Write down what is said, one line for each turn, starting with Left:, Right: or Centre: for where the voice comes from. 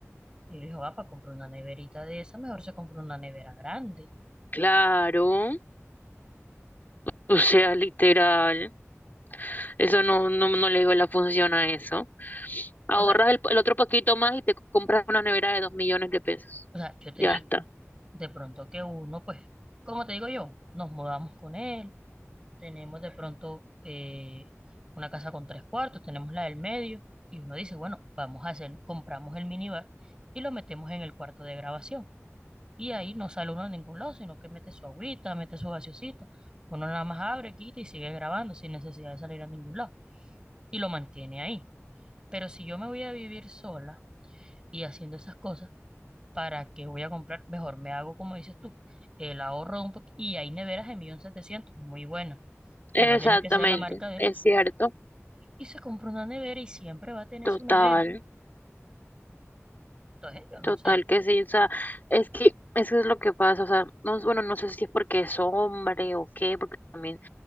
Right: Y yo le dije, va, para comprar una neverita de esa, mejor se compra una nevera grande.
Left: Claro. O sea, literal. Eso no, no, no le digo la función a eso. Ahorras
Right: O sea,
Left: el, el otro poquito más y te compras una nevera de dos millones de pesos.
Right: o sea, yo te
Left: Ya
Right: digo,
Left: está.
Right: de pronto que uno, pues, como te digo yo, nos mudamos con él, tenemos de pronto eh, una casa con tres cuartos, tenemos la del medio, y uno dice, bueno, vamos a hacer, compramos el minibar y lo metemos en el cuarto de grabación. Y ahí no sale uno a ningún lado, sino que mete su agüita, mete su gaseosita. Uno nada más abre, quita y sigue grabando sin necesidad de salir a ningún lado. Y lo mantiene ahí. Pero si yo me voy a vivir sola y haciendo esas cosas, ¿para qué voy a comprar? Mejor me hago, como dices tú, el ahorro de un poquito. Y hay neveras de un millón setecientos muy buenas, que
Left: Exactamente.
Right: no tiene que ser la marca de él.
Left: Es cierto.
Right: Y se compra una nevera y siempre va a tener
Left: Total.
Right: su nevera. Entonces, yo no
Left: Total
Right: sé,
Left: que sí, o sea, es que eso es lo que pasa, o sea, no, bueno, no sé si es porque es hombre o qué, porque también